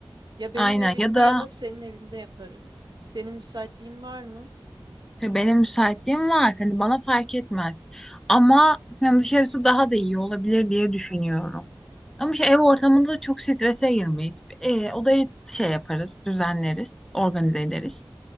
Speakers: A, on the right; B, in the centre.
A: Ya benim
B: Aynen
A: evimde
B: ya da
A: ya da senin evinde yaparız. Senin müsaitliğin var mı?
B: "E, benim müsaitliğim var. Hani bana fark etmez. Ama yani dışarısı daha da iyi olabilir diye düşünüyorum. Ama işte ev ortamında çok strese girmeyiz. E, odayı şey yaparız, düzenleriz, organize ederiz.